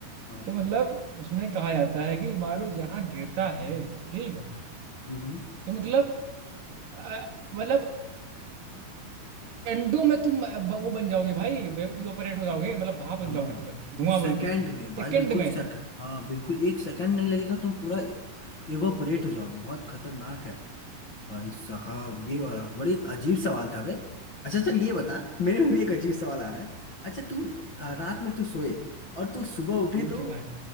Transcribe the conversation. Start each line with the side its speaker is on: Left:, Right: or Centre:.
Left: हाँ
Right: तो मतलब उसमें कहा जाता है कि मान लो जहाँ गिरता है ठीक
Left: हम्म
Right: तो मतलब अ, मतलब डंडों में तुम अ, ब- वो बन जाओगे भाई इवापोरेट हो जाओगे मतलब भाप बन
Left: हाँ
Right: जाओगे तुरंत धुआं
Left: सेकंड
Right: बिल्कुल
Left: में भाई
Right: सेकंड
Left: बिल्कुल
Right: में
Left: सेकंड हाँ बिल्कुल एक सेकंड नहीं लगेगा तुम पूरा इवोपरेट हो जाओगे बहुत खतरनाक है भाई साहब ये वाला बड़ी एक अजीब सवाल था बे अच्छा चल ये बता मेरे में भी एक अजीब सवाल आ रहा है अच्छा तू अ, रात में तू सोए और तू सुबह उठे
Right: पूछ
Left: तो
Right: भाई